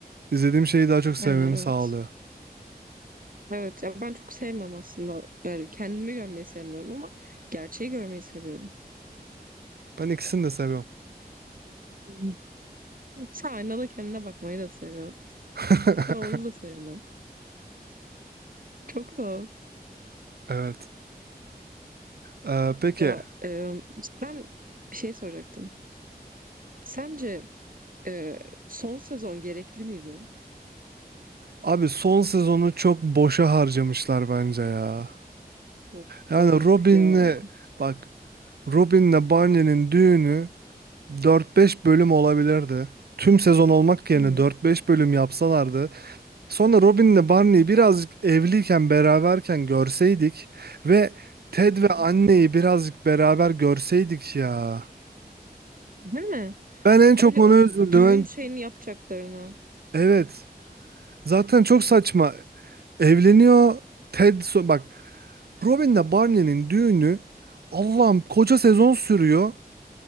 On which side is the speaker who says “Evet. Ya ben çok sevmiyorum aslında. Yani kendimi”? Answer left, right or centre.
Right